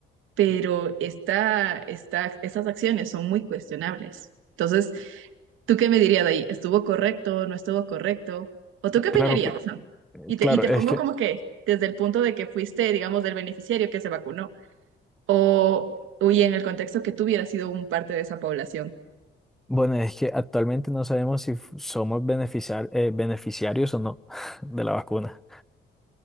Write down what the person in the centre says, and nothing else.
Claro, pe-
claro,
es
que
Bueno, es que actualmente no sabemos si f- somos beneficiar- eh, beneficiarios o no <laughs> de la vacuna.